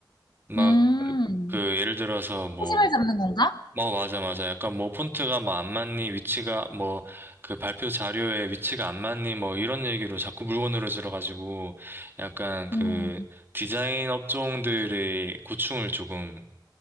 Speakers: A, on the right (about 25°); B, on the left (about 65°).
A: 막,
B: 음,
A: 그, 예를 들어서 뭐,
B: 초심을 잡는 건가?
A: 뭐, 맞아, 맞아. 약간 뭐, 폰트가 뭐, 안 맞니, 위치가 뭐, 그 발표 자료에 위치가 안 맞니, 뭐, 이런 얘기로 자꾸 물건늘어지러가지고, 약간 그,
B: 음,
A: 디자인 업종들의 고충을 조금